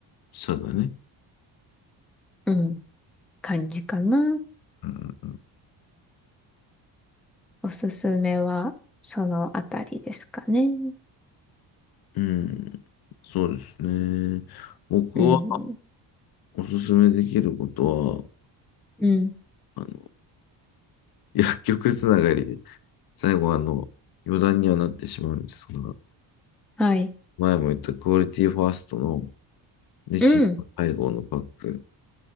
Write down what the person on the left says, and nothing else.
そうだね。
うん、
うん、そうですね。僕は
おすすめできることは、
あの、薬局つながりで最後はあの、余談にはなってしまうんですが、
前も言ったクオリティファーストのレチン配合のパック、